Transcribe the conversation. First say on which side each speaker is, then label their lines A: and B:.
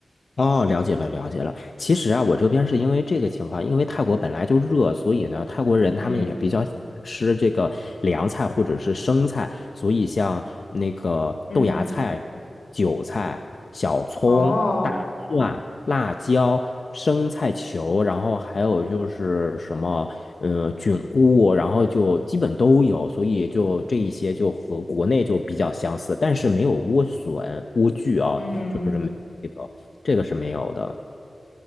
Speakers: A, on the left; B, on the left.
A: 哦，了解了，了解了。其实啊，我这边是因为这个情况，因为泰国本来就热，所以呢，泰国人他们也比较喜欢吃这个凉菜或者是生菜，
B: 嗯
A: 所以像那个豆芽菜、
B: 嗯，
A: 韭菜、小葱、
B: 哦，
A: 大蒜、辣椒、生菜球，然后还有就是什么，呃，菌菇，然后就基本都有，所以就这一些就和国内就比较相似，但是没有莴笋、莴苣啊，
B: 嗯
A: 就是没有这个。这个是没有的。